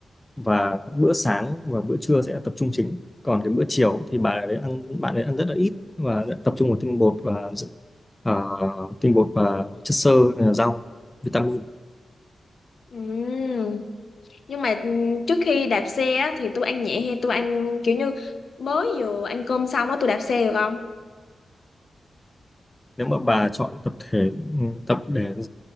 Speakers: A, on the left (about 15°); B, on the left (about 65°).
A: và bữa sáng và bữa trưa sẽ tập trung chính còn cái bữa chiều thì bạn đấy ăn bạn đấy ăn rất là ít và tập trung vào tinh bột và à, tinh bột và chất xơ à, rau vitamin
B: Ừm, nhưng mà ừm, trước khi đạp xe á, thì tôi ăn nhẹ hay tôi ăn kiểu như mới vừa ăn cơm xong á tôi đạp xe được không
A: nếu mà bà chọn tập thể ừ, tập để